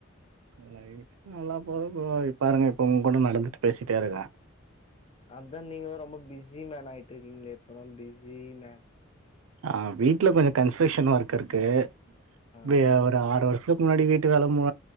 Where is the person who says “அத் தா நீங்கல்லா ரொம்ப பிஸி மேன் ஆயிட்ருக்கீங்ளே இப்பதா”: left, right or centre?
Left